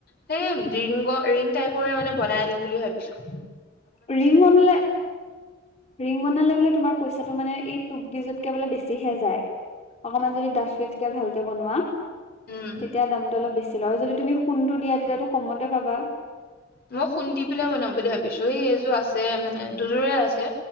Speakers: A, on the left (about 55°); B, on the left (about 35°).
A: সেই ৰিংগ ৰিং টাইপৰ মানে বনাই দিওঁ বুলি ভাবিছোঁ
B: ৰিং বনালে ৰিং বনালে বোলে তোমাৰ পইচাটো মানে এই টোপ দিয়াতকে বোলে বেছিহে যায় অকণমান যদি ডাষ্টবিটকে ভালকে বনোৱা তেতিয়া
A: উম
B: দামটো অলপ বেছি ল‌ই আৰু যদি তুমি সোণটো দিয়া তেতিয়াতো কমতে পাবা
A: মই সোণ দি পেলাই বনাম বুলি ভাবিছোঁ সেই এইযোৰ আছে মানে দুযোৰে আছে